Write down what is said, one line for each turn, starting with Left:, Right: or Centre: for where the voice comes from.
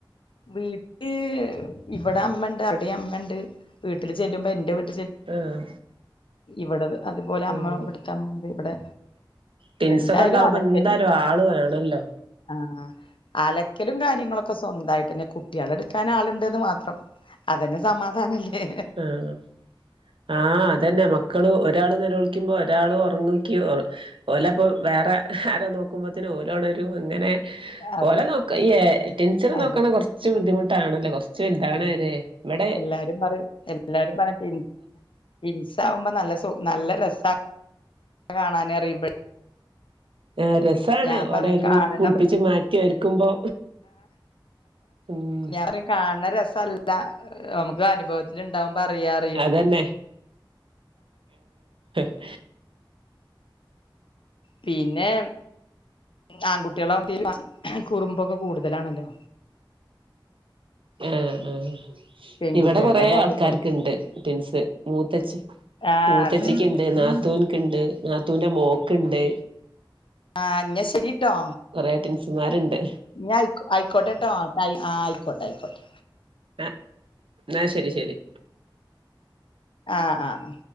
Left: വീട്ട് ഇവിടെ അമ്മ ഉണ്ട് അവിടെയും അമ്മ ഉണ്ട് വീട്ടിൽ ചെല്ലുമ്പോ എന്റെ വീട്ട
Right: ആഹ്
Left: ഇവിടത് അതുപോലെ അമ്മ
Right: ആഹ്
Left: ഇവിടുത്തെ അമ്മന്റെ ഇവിടെ
Right: ടെൻസൊക്കെ
Left: എന്തായാലും
Right: ഉണ്ടാവുമ്പോ
Left: അലക്കലും
Right: എന്തായാലും ആള് വേണല്ലോ
Left: ആഹ് അലക്കലും കാര്യങ്ങളൊക്കെ സ്വന്തമായി പിന്നെ കുട്ടികള എടുക്കാൻ ആളുണ്ട്ന്ന് മാത്രം അതന്നെ സമാധാനല്ലേ
Right: ആഹ് ആഹ് അതന്നെ മ ക്കള് ഒരാള് നിലവിളിക്കുമ്പോ ഒരാള് ഉറങ്ങക്കി ഒ ഓലപ്പോ വേറെ ആരോ നോക്കുമ്പോത്തിനും ഓലൊണരും അങ്ങനെ
Left: അതെ
Right: ഓലെ നോക്ക ഈ ടിൻഷന
Left: അതെ
Right: നോക്കണ കൊറച്ച് ബുദ്ധിമുട്ടാണല്ലോ കൊറച്ച് വലുതണ
Left: ഉം.
Right: വരെ ഇവടെ
Left: എല്ലാരും പറ എല്ലാരും പറയും ടി ടിൻസകുമ്പോ നല്ല സു നല്ല രസ കാണാന അറിയുമ്പ
Right: ആഹ് രസാണ്
Left: ഞാൻ
Right: ഓല
Left: പറയും
Right: ഒരുമി
Left: കാണണ
Right: കുളിപ്പിച്ച് മാറ്റി ഒരുക്കുമ്പോ ഉം
Left: ഞാൻ പറയും കാണണ രസല്ല നമുക്ക് അനുഭവ ഇല് ഇണ്ടാവുമ്പോ അറിയ അറിയ്
Right: അതന്നെ ഉ
Left: പിന്നെ ആൺകുട്ടികളെ ആവുമ്പോ കുറുമ്പൊക്കെ കൂടുതലാണല്ലോ
Right: ഏഹ് ആഹ്
Left: പെൺകുട്ടികളുടെ
Right: ഇവിടെ കൊറെ
Left: പോലെയല്ലല്ലോ
Right: ആൾക്കാർക്ക് ഉണ്ട് ടിൻസ് മൂത്തച്
Left: ആഹ്
Right: മൂത്തച്ചിക്ക്ണ്ട്
Left: അതെ അതെ
Right: നാത്തൂന്ക്ക് ഉണ്ട് നാത്തൂന്റെ മോക്ക്ണ്ട്
Left: ആഹ് അന്ന ശരിട്ടോ
Right: കൊറെ ടെൻസുമാരുണ്ട്
Left: ന്ന ആയിക്കോട്ടെട്ടോ ടൈ ആഹ് ആയിക്കോട്ടെ ആയിക്കോട്ടെ
Right: ആഹ് ന്ന ശരി ശരി
Left: ആഹ് ആഹ്